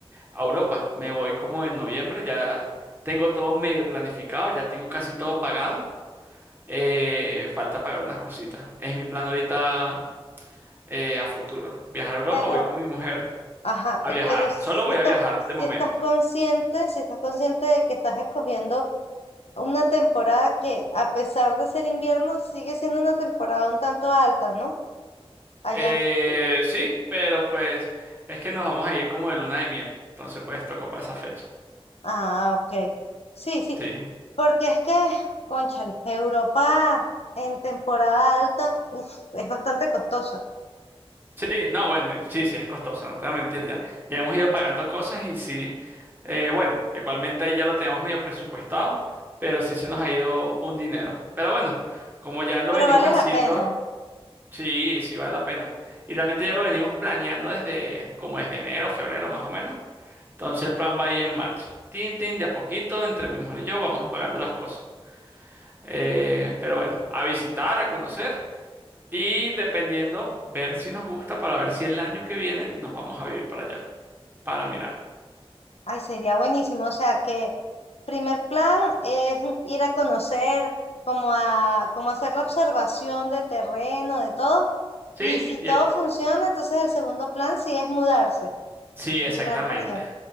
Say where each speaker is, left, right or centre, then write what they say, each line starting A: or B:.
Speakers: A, on the right; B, on the left.
A: a Europa. Me voy como en noviembre, ya tengo todo medio planificado, ya tengo casi todo pagado. Eh, falta pagar unas cositas. Es mi plan ahorita eh, a futuro. Viajar a Europa,
B: Pero,
A: voy con mi mujer.
B: ajá,
A: A
B: eh,
A: viajar,
B: pero si
A: solo voy
B: estás,
A: a viajar
B: si
A: de momento.
B: estás consciente, si estás consciente de que estás escogiendo una temporada que, a pesar de ser invierno, sigue siendo una temporada un tanto alta, ¿no? Allá.
A: Eh, sí, pero pues es que nos vamos a ir como de luna de miel, entonces pues tocó para esa fecha.
B: Ah, ok. Sí, sí.
A: Sí,
B: Porque es que, cónchale, Europa en temporada alta, uf, es bastante costosa,
A: sí, no, bueno, sí, sí, es costoso, no te voy a mentir ya. Ya hemos ido pagando cosas y sí, eh, bueno, igualmente ahí ya lo tenemos medio presupuestado, pero sí se nos ha ido un dinero. Pero bueno, como ya lo
B: pero
A: venimos
B: vale
A: haciendo,
B: la pena.
A: sí, sí vale la pena. Y realmente ya lo venimos planeando desde como desde enero, febrero más o menos. Entonces el plan va ahí en marcha. Tin, tin, de a poquito, entre mi mujer y yo vamos apagando las cosas. Eh, pero bueno, a visitar, a conocer y dependiendo, ver si nos gusta para ver si el año que viene nos vamos a vivir para allá, para mirar.
B: Ay, sería buenísimo. O sea que primer plan es ir a conocer, como a, como hacer la observación de terreno, de todo.
A: ¿Sí?
B: Y si
A: Ye-
B: todo funciona, entonces el segundo plan sí es mudarse,
A: Sí, exactamente.
B: migrar para allá.
A: O